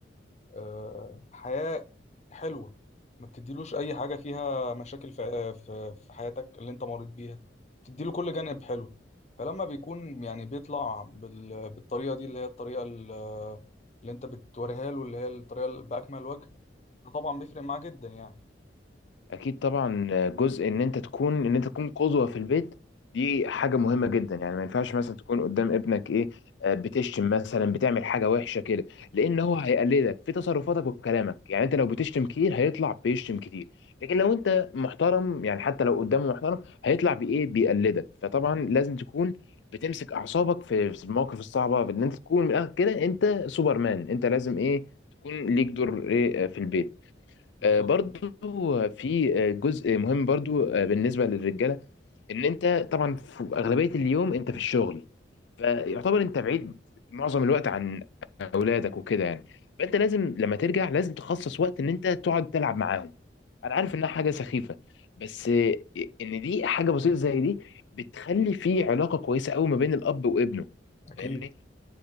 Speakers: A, on the left; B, on the left.
A: آه، حياة حلوة ما بتديلوش أي حاجة فيها مشاكل في آه، في في حياتك اللي أنت مريت بيها بتديله كل جانب حلو فلما بيكون يعني بيطلع بال- بالطريقة دي اللي هي الطريقة ال- اللي أنت بتوريها له اللي هي الطريقة اللي بأكمل وجه ده طبعا بيفرق معاه جدا يعني
B: اكيد طبعا جزء ان انت تكون ان انت تكون قدوه في البيت دي حاجه مهمه جدا يعني ما ينفعش مثلا تكون قدام ابنك ايه آه، بتشتم مثلا بتعمل حاجه وحشه كده لان هو هيقلدك في تصرفاتك وكلامك يعني انت لو بتشتم كتير هيطلع بيشتم كتير لكن لو انت محترم يعني حتى لو قدامه محترم هيطلع بايه بيقلدك فطبعا لازم تكون بتمسك اعصابك في في المواقف الصعبه في ان انت تكون من الاخر كده انت سوبرمان انت لازم ايه تكون ليك دور ايه آه، في البيت
A: بالظبط
B: آه، برضو في آه، جزء مهم برضو آه، بالنسبة للرجالة ان انت طبعا في اغلبية اليوم انت في الشغل فيعتبر انت بعيد معظم الوقت عن اولادك وكده يعني فانت لازم لما ترجع لازم تخصص وقت ان انت تقعد تلعب معاهم انا عارف انها حاجة سخيفة بس آه، ان دي حاجة بسيطة زي دي بتخلي في علاقة كويسة قوي ما بين الاب وابنه
A: أكيد
B: فاهمني